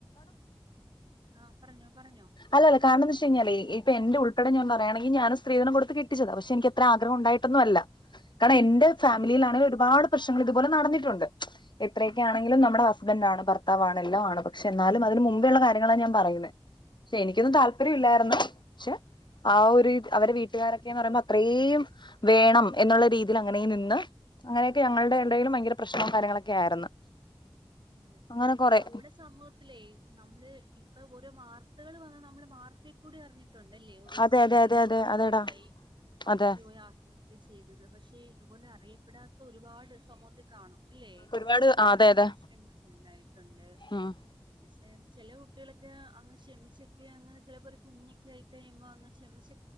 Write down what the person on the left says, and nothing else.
അല്ലല്ല കാരണോന്നു വെച്ച് കഴിഞ്ഞാലേ ഇപ്പൊ എന്റെ ഉൾപ്പെടെ ഞാൻ പറ വേണോങ്കി ഞാനും സ്ത്രീധനം കൊടുത്തു കെട്ടിച്ചതാ പക്ഷേ എനിക്കത് ആഗ്രഹം
ഉണ്ടായിട്ടൊന്നുമല്ല കാരണം എന്റെ
ഫാമിലിയിലാണെ ഒരു ഒരുപാട് പ്രശ്നങ്ങൾ ഇതുപോലെ നടന്നിട്ടുണ്ട് എത്രയക്കെ ആണെങ്കിലും നമ്മുടെ ഹസ്ബന്റ് ആണ് ഭർത്താവാണ് എല്ലാം ആണ് പ പക്ഷേ എന്നാലും അതിന് മുമ്പേയുള്ള കാര്യങ്ങളാണ് ഞാൻ പറയുന്നത് പക്ഷെ എനിക്കൊന്നും
താല്പര്യമില്ലാ യിരുന്നു പക്ഷേ ആ ഒരു അവരെ വീട്ടുകാരൊക്കെയന്ന് പറയുമ്പോ അത്രേം വേണം എന്നുള്ള രീതിയിൽ അങ്ങനെ നിന്ന് അങ്ങനെയൊക്കെ ഞങ്ങളുടെ ഇടയിലും ഭയങ്കര പ്രശ്നവും കാര്യങ്ങളൊക്കെ ആയിരുന്നു.
അങ്ങനെ കൊറെ
അതെ
അതെ അതെ
അതെ
അതെടാ
അതെ
ഒരുപാട് അതെ അതെ
ഉം